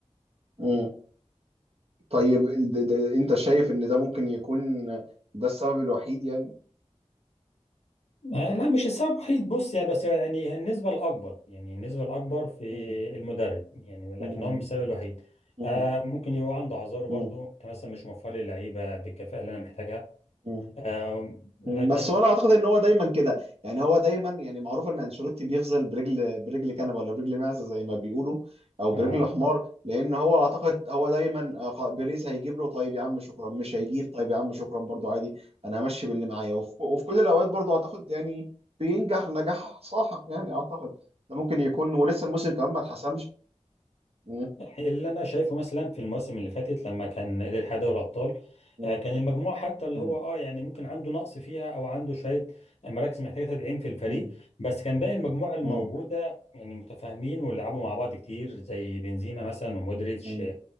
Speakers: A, on the right; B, on the left.
A: مم. طيب د- د- انت شايف ان ده ممكن يكون ده السبب الوحيد يعني؟
B: آه، لا مش السبب الوحيد بص يعني بس يعني النسبة الأكبر يعني النسبة الأكبر في
A: مم.
B: المدرب يعني لكن
A: مم.
B: هو مش السبب الوحيد
A: مم.
B: آه ممكن يبقى عنده أعذاره برضو
A: مم.
B: أنت مثلا مش موفر لي اللعيبة بالكفاءة اللي أنا محتاجها
A: مم.
B: آه لكن
A: مم، بس هو انا اعتقد ان هو دايما كده يعني هو دايما يعني معروف ان انشيلوتي بيغزل برجل برجل كنبه ولا برجل معزه زي ما بيقولوا او برجل
B: آه
A: حمار لان هو اعتقد هو دايما آه، خ- بيريز هيجيب له طيب يا عم شكرا مش هيجيب طيب يا عم شكرا برضو عادي انا همشي باللي معايا وف- وفي كل الاوقات برضو اعتقد يعني بينجح نجاح ساحق يعني اعتقد ده ممكن يكون ولسه الموسم كمان ما اتحسمش مم،
B: يعني اللي انا شايفه مثلا في المواسم اللي فاتت لما كان قدر يحقق دوري الابطال
A: مم،
B: آه، كان المجموعه حتى اللي
A: مم،
B: هو اه يعني ممكن عنده نقص فيها او عنده شويه مراكز محتاجه تدعيم في الفريق
A: مم،
B: بس كان باقي المجموعه الموجوده
A: مم،
B: يعني متفاهمين ولعبوا مع بعض كتير زي بنزيما مثلا ومودريتش
A: مم،